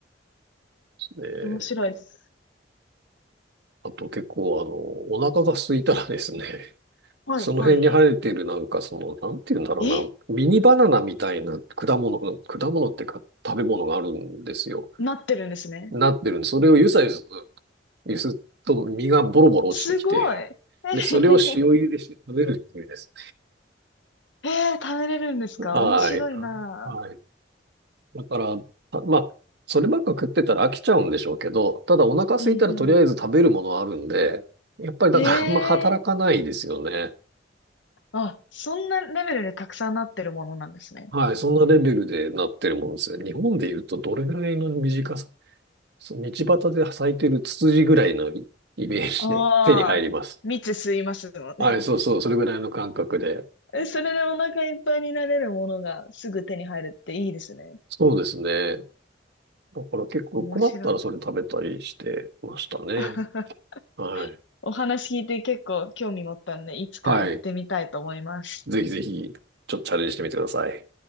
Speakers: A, on the right (about 60°); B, on the left (about 75°).
A: すね。
B: 面白いです。
A: あと結構あの、お腹が空いたらですね、<laughs>
B: はい、
A: その辺に生えてるなんかその、
B: はい。
A: なんて言うんだろうな、
B: え、
A: ミニバナナみたいな果物、果物っていうか食べ物があるんですよ。
B: なってるんですね。
A: なってるんで、それをゆさゆす、ゆすっと実がボロボロ落ちてきて、
B: すごい。えへへへ。
A: で、それを塩茹でして食べるっていうです
B: えー、食べれるんですか面白いな。
A: ね。<laughs> はい。はい。だから、あまあ、そればっか食ってたら飽きちゃうんでしょうけど、ただお腹空いたらとりあえず食べるものはあるんで、
B: うんう
A: やっぱりだからあんま働かないですよね。
B: ん。ええあ、そんなレベルでたくさんなってるものなんですね。
A: はい、そんなレベルでなってるもんですね。日本で言うとどれぐらいの短さ、そう道端で咲いてるツツジぐらいのイイメージで手に入ります。
B: ああ、蜜吸いますのね。
A: はい、そうそう、それぐらいの感覚で。
B: え、それでお腹いっぱいになれるものがすぐ手に入るっていいですね。
A: そうですね。だから結構困ったらそれ食べたりしてましたね。
B: 面白い。<laughs>
A: はい。
B: お話聞いて結構興味持ったんで、いつか行ってみたいと思います。
A: はい。ぜひぜひ、ちょっとチャレンジしてみてください。